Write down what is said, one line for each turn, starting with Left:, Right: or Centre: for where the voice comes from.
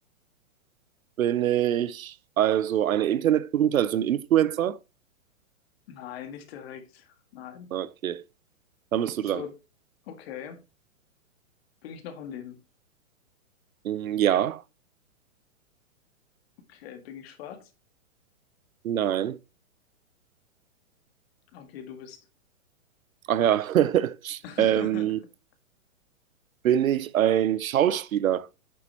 Right: Bin ich also eine Internetberühmte, also ein Influencer?
Left: Nein, nicht direkt. Nein.
Right: Okay. Dann bist du
Left: So,
Right: dran.
Left: okay. Bin ich noch am Leben?
Right: Mm, Ja,
Left: Okay, bin ich schwarz?
Right: nein.
Left: Okay, du bist.
Right: Ach ja. <laughs>
Left: <laughs>
Right: Ähm, bin ich ein Schauspieler?